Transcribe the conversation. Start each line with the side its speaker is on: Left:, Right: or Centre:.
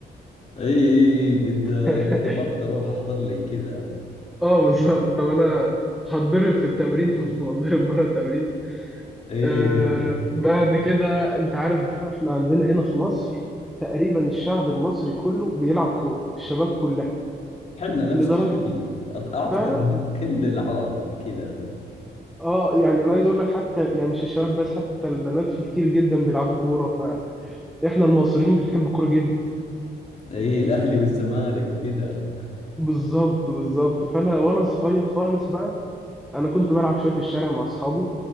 Left: ايه قد قد
Centre: <laughs>
Left: جربت اروح احضر لي كذا
Centre: اه بالظبط طب انا هتضرب في التمرين <laughs> هتضرب بره التمرين
Left: ايه
Centre: آه بعد كده انت عارف بقى احنا عندنا هنا في مصر تقريبا الشعب المصري كله بيلعب كوره الشباب كلها
Left: حنا نفس
Centre: لدرجه
Left: الشيء أط- اعتقد
Centre: فعلا
Left: كل العرب كذا
Centre: اه يعني انا عايز اقول لك حتى يعني مش الشباب بس حتى البنات في كتير جدا بيلعبوا كوره فاحنا المصريين بنحب الكوره جدا
Left: ايه الاهلي والزمالك وكذا
Centre: بالظبط بالظبط فانا وانا صغير خالص بقى انا كنت بلعب شويه في الشارع مع اصحابي